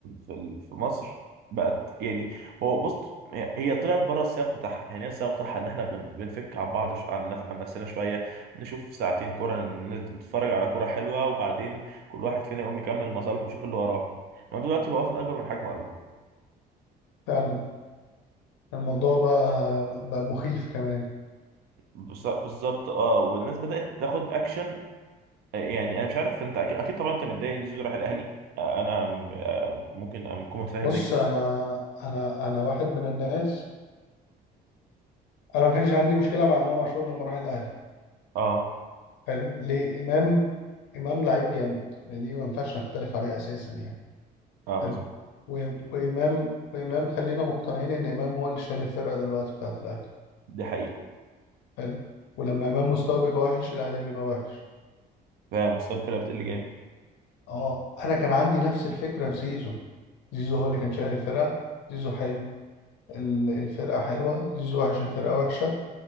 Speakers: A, on the right (about 70°); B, on the left (about 90°).
A: في ال- في مصر بقت يعني هو بص هي طلعت بره السياق بتاعها يعني هي السياق بتاعها إن إحنا بن- بنفك عن بعض ش- عن نف- عن نفسنا شوية نشوف ساعتين كرة نت- نتفرج على كرة حلوة وبعدين كل واحد فينا يقوم يكمل مصالحه ويشوف اللي وراه إنما دلوقتي بقى واخد أكبر من حجمه قوي
B: فعلا الموضوع بقى بقى مخيف كمان
A: بص- بالظبط اه والناس بدأت تاخد اكشن آه، يعني انا مش عارف انت اكيد, أكيد طبعا انت متضايق ان زيزو راح الاهلي آه، انا آه، ممكن اكون متفاهم
B: بص
A: ده جدا
B: انا انا انا واحد من الناس انا ما كانش عندي مشكلة مع امام عاشور لما راح الاهلي
A: اه
B: حلو ليه امام امام لعيب جامد يعني دي ما ينفعش نختلف عليها اساسا يعني
A: اه
B: حلو. و- وإمام وإمام خلينا مقتنعين إن إمام هو اللي شايل الفرقة دلوقتي بتاعة الأهلي
A: دي حقيقة
B: حلو ولما إمام مستواه بيبقى وحش الأهلي بيبقى وحش
A: فمستوى الفرقة بتقل جامد
B: أه أنا كان عندي نفس الفكرة في زيزو زيزو هو اللي كان شايل الفرقة زيزو حلو ال- الفرقة حلوة زيزو وحش الفرقة وحشة